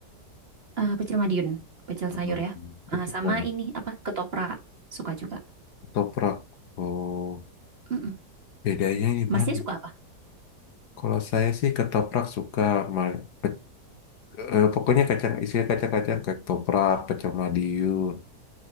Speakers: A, on the right; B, on the left.
A: Eh, pecel Madiun, pecel sayur
B: Hmm,
A: ya.
B: pecel
A: Eh, sama
B: ayam.
A: ini apa? Ketoprak, suka juga.
B: ketoprak oh
A: Mm-mm.
B: bedanya gimana
A: Masnya suka apa?
B: kalau saya sih ketoprak suka ma- pe- eh, pokoknya kacang isinya kacang-kacang ketoprak pecel Madiun